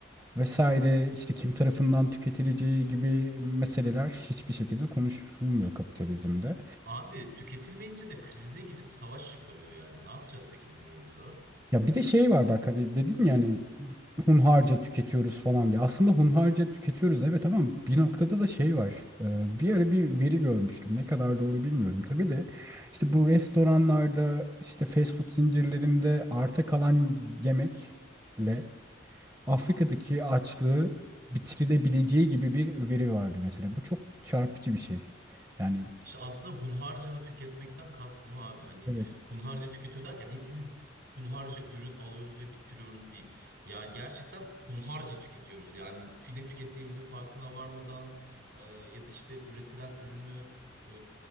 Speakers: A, on the right; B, on the right.
A: vesaire işte kim tarafından tüketileceği gibi meseleler hiçbir şekilde konuşulmuyor kapitalizmde.
B: Abi tüketilmeyince de krize girip savaş çıkarıyor yani. Ne yapacağız peki bu mevzuda?
A: Ya bir de şey var bak hani dedin ya hani hunharca tüketiyoruz falan diye. Aslında hunharca tüketiyoruz evet ama bir noktada da şey var. Ee, bir ara bir veri görmüştüm. Ne kadar doğru bilmiyorum tabii de. İşte bu restoranlarda işte fast food zincirlerinde arta kalan yemekle Afrika'daki açlığı bitirilebileceği gibi bir veri vardı mesela. Bu çok çarpıcı bir şey. Yani
B: İşte aslında hunharca da tüketmekten kastım o abi. Hani
A: Evet.
B: hunharca tüketiyor derken hepimiz hunharca ürün alıyoruz ve bitiriyoruz değil. Yani gerçekten hunharca tüketiyoruz. Yani tü- ne tükettiğimizin farkına varmadan e, ya da işte üretilen ürünü e,